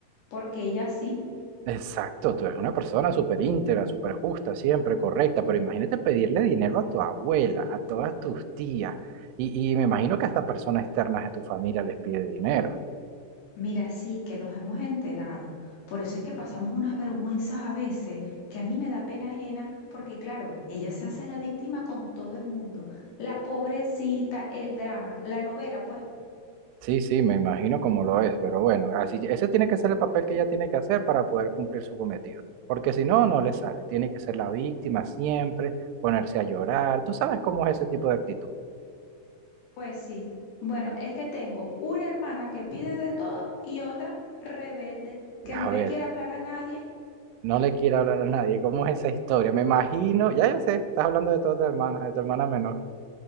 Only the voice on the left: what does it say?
porque ella sí.
Mira, sí, que nos hemos enterado. Por eso es que pasamos unas vergüenzas a veces, que a mí me da pena ajena, porque claro, ella se hace la víctima con todo el mundo. La pobrecita, el drama, la novela, pues,
pues sí. Bueno, es que tengo una hermana que pide de todo y otra rebelde,
que
no le
quiere hablar a nadie.